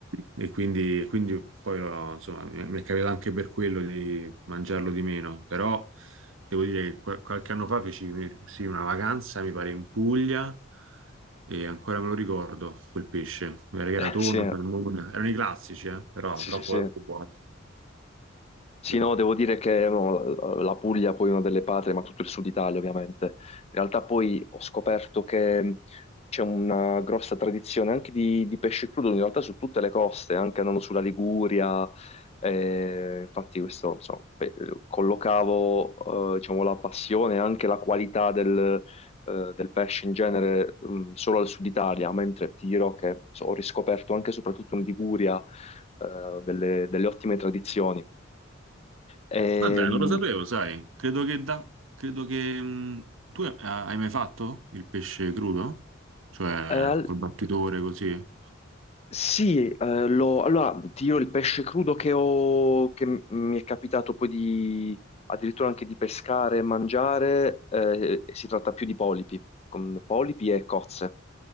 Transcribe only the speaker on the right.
e quindi, quindi poi, no, insomma, mi, mi è capitato anche per quello di mangiarlo di meno. Però devo dire che qua- qualche anno fa feci sì, una vacanza, mi pare, in Puglia, e ancora me lo ricordo, quel pesce. Era, era
tonno,
salmone, erano i classici, eh, però
troppo,
troppo buono.
Vero.
Ma dai, non lo sapevo, sai. Credo che da... Credo che... mh, tu hai ah, hai mai fatto il pesce crudo? Cioè,
col battitore così?